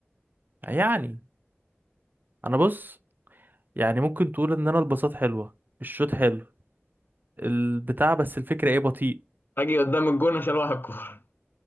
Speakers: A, on the right; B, on the left.
A: يعني انا بص يعني ممكن تقول ان انا البساط حلوه الشوت حلو البتاع بس الفكره ايه بطيء
B: اجي قدام الجون عشان واحد كورة